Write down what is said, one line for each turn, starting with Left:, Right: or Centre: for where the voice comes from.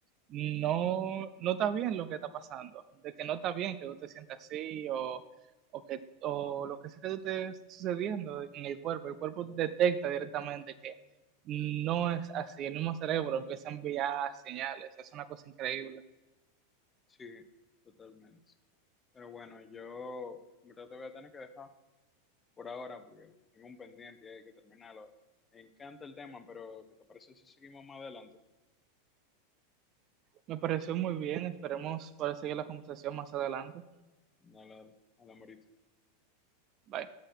Right: no, no está bien lo que está pasando, de que no está bien que tú te sientas así o, o, que, o lo que sea que te esté sucediendo en el cuerpo, el cuerpo detecta directamente que no es así, el mismo cerebro empieza a enviar señales, es una cosa increíble.
Left: Sí, totalmente. Pero bueno, yo en verdad te voy a tener que dejar por ahora porque tengo un pendiente y hay que terminarlo. Me encanta el tema, pero ¿qué te parece si seguimos más adelante?
Right: Me pareció muy bien. Esperemos para seguir la conversación más adelante.
Left: Dale, dale, hablamos ahorita.
Right: Bye.